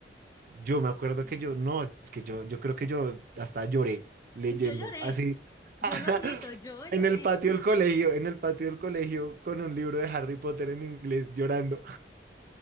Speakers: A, on the right; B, on the left.
A: Yo me acuerdo
B: sí.
A: que yo, no, es que yo, yo creo que yo hasta lloré leyendo,
B: Yo lloré,
A: así,
B: yo
A: <laughs>
B: lo admito, yo lloré.
A: en el patio del colegio, en el patio del colegio, con un libro de Harry Potter en inglés, llorando.